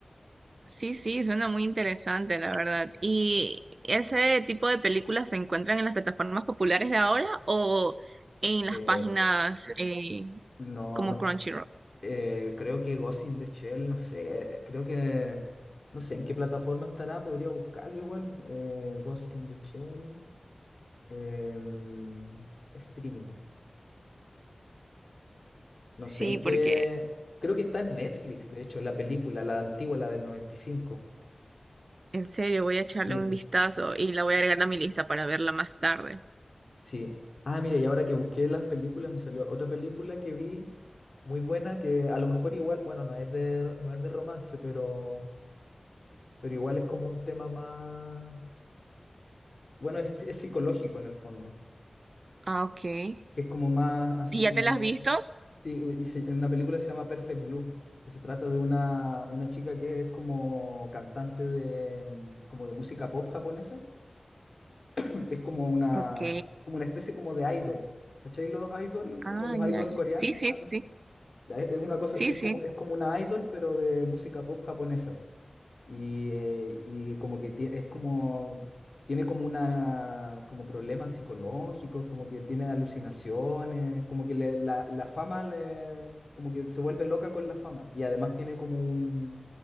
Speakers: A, on the right; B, on the left.
A: Sí, sí, suena muy interesante, la verdad. ¿Y ese tipo de películas se encuentran en las plataformas populares de ahora o en
B: Eh,
A: las páginas eh,
B: no,
A: como
B: no
A: Crunchyroll?
B: Eh, creo que Ghost in the Shell, no sé, eh, creo que, no sé en qué plataforma estará, podría buscarlo igual. eh, Ghost in the Shell, em, streaming. No
A: Sí,
B: sé en qué,
A: porque
B: creo que está en Netflix, de hecho, la película, la antigua, la del noventa y cinco
A: en serio voy a echarle
B: Sí,
A: un vistazo y la voy a agregar a mi lista para verla más tarde.
B: sí. Ah, mira, y ahora que busqué las películas, me salió otra película que vi muy buena, que a lo mejor igual, bueno, no es de, no es de romance, pero, pero igual es como un tema más, bueno, es es psicológico en el fondo.
A: Ah, ok. ¿Y
B: que es como más así
A: ya
B: como...
A: te la has visto?
B: Sí, y se- hay una película que se llama Perfect Blue, que se trata de una, una chica que es como cantante de, mm, como de música pop japonesa. <clears throat> Es como una,
A: Ok.
B: como una especie como de idol. ¿Cachai? Los idol, como
A: Ah,
B: los
A: ya,
B: idol
A: ya.
B: coreanos,
A: Sí, sí,
B: una cosa
A: sí.
B: así. Ya, Es es una cosa
A: Sí,
B: así, es
A: sí.
B: como, es como una idol, pero de música pop japonesa. Y, eh, y como que ti- es como, tiene como una, como problemas psicológicos, como que tiene alucinaciones, como que le- la, la fama le, como que se vuelve loca con la fama. Y además tiene como un,